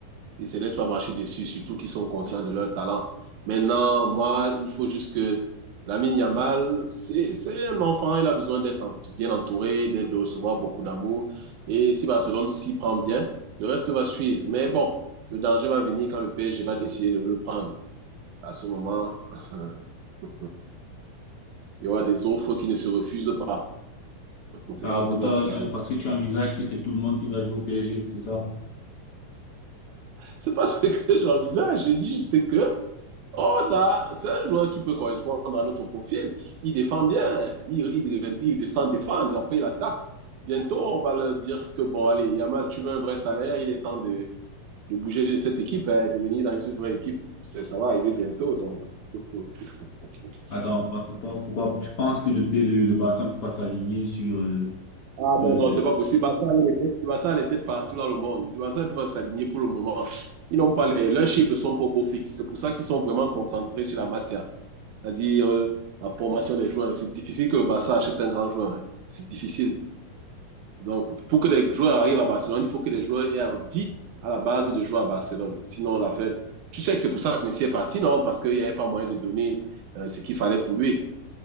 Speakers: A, on the right; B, on the left.
A: Ils ne se laissent pas marcher dessus, surtout qu'ils sont conscients de leur talent. Maintenant, moi, il faut juste que Lamine Yamal, c'est c'est un enfant, il a besoin d'être en- bien entouré, d'être- de recevoir beaucoup d'amour. Et si Barcelone s'y prend bien, le reste va suivre. Mais bon, le danger va venir quand le PSG va décider de le prendre. à ce moment, <laughs> il y aura des offres qui ne se refusent pas. C'est
B: Ah,
A: là où
B: pour
A: tout
B: toi,
A: va se jouer.
B: euh, parce que tu envisages que c'est tout le monde qui doit jouer au PSG, c'est ça?
A: C'est pas ce que <laughs> j'envisage. J'ai dit juste que, oh là, c'est un joueur qui peut correspondre à notre profil. Il défend bien, il, il, il descend défendre, après il attaque. Bientôt, on va leur dire que, bon, allez, Yamal, tu veux un vrai salaire, il est temps de, de bouger de cette équipe et hein, de venir dans une vraie équipe. Ça, ça va arriver bientôt, donc. <laughs>
B: Attends, parce, pour- pourquoi tu penses que le, P- le, le Barça ne peut pas s'aligner sur... euh,
A: Ah
B: euh,
A: non,
B: euh,
A: non, c'est pas possible. Barça a les dettes Barça a les dettes partout dans le monde. Barça ne peut pas s'aligner pour le moment. Ils n'ont pas les, leurs chiffres sont pas au beau fixe. C'est pour ça qu'ils sont vraiment concentrés sur la Masia, c'est-à-dire euh, la formation des joueurs. C'est difficile que le Barça achète un grand joueur. hein. C'est difficile. Donc, pour que les joueurs arrivent à Barcelone, il faut que les joueurs aient envie à la base de jouer à Barcelone. Sinon, la fait. Tu sais que c'est pour ça que Messi est parti, non? Parce qu'il n'y avait pas moyen de donner euh, ce qu'il fallait pour lui.